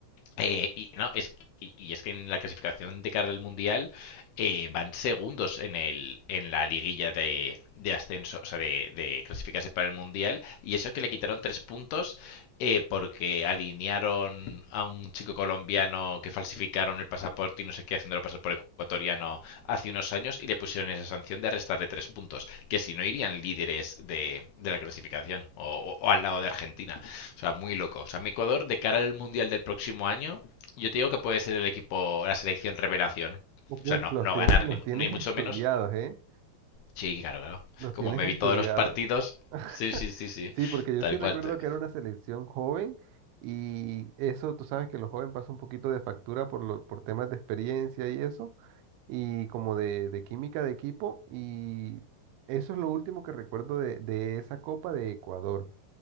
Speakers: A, on the left (about 70°); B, on the right (about 85°).
A: Eh, y, no, es, y, y es que en la clasificación de cara al Mundial eh, van segundos en, el, en la liguilla de, de ascenso, o sea, de, de clasificarse para el Mundial. Y eso que le quitaron tres puntos eh, porque alinearon a un chico colombiano que falsificaron el pasaporte y no sé qué, haciéndolo pasar por ecuatoriano hace unos años y le pusieron esa sanción de arrestarle tres puntos, que si no irían líderes de, de la clasificación o, o, o al lado de Argentina. O sea, muy loco. O sea, mi Ecuador, de cara al Mundial del próximo año, yo te digo que puede ser el equipo, la selección revelación.
B: Uf,
A: O sea, no,
B: los
A: no
B: tienes,
A: ganar,
B: los
A: ni,
B: tienes
A: ni mucho
B: estudiados,
A: menos.
B: ¿eh?
A: Sí, claro, claro.
B: Los
A: Como
B: tienes
A: me
B: estudiados.
A: vi todos los partidos.
B: <laughs>
A: Sí, sí, sí, sí.
B: Sí, porque yo
A: Tal
B: sí recuerdo
A: cual. te-
B: que era una selección joven y eso, tú sabes que los jóvenes pasan un poquito de factura por, lo- por temas de experiencia y eso, y como de, de química de equipo, y eso es lo último que recuerdo de, de esa Copa de Ecuador.